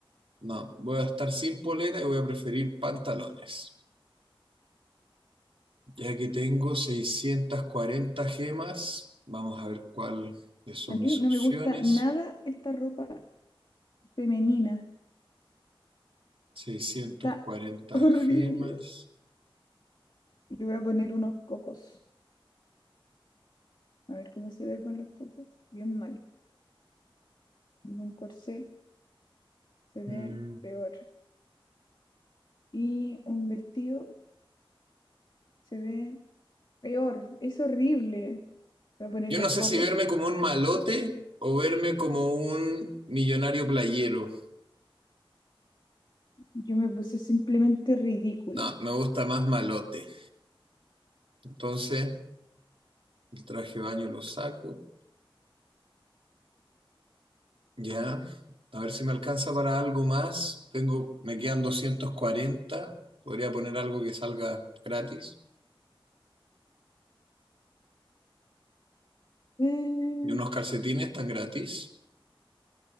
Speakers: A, on the right; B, on the left.
A: no, voy a estar sin polera y voy a preferir pantalones. Ya que tengo 640 gemas, vamos a ver cuáles son
B: A
A: mis
B: mí no
A: opciones.
B: me gusta nada esta ropa femenina.
A: seiscientas
B: Está
A: cuarenta
B: <laughs>
A: gemas.
B: horrible. Le voy a poner unos cocos. A ver cómo se ve con los cocos. Bien mal. Y un corsé se
A: Mm,
B: ve peor. Y un vestido se ve peor. Es horrible. Voy a poner
A: Yo
B: los
A: no sé
B: cocos.
A: si verme como un malote o verme como un millonario playero.
B: Yo me puse simplemente ridícula.
A: No, me gusta más malote. Entonces, el traje de baño lo saco. Ya. A ver si me alcanza para algo más. Tengo, me quedan 240. Podría poner algo que salga gratis.
B: Ver,
A: Y unos calcetines están gratis.